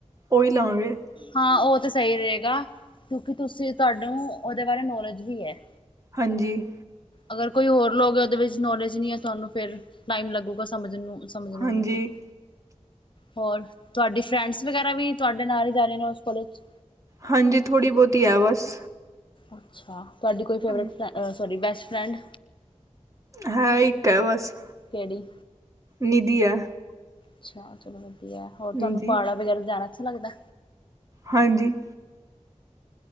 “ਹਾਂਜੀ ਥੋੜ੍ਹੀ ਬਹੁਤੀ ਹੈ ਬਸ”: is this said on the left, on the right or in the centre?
Right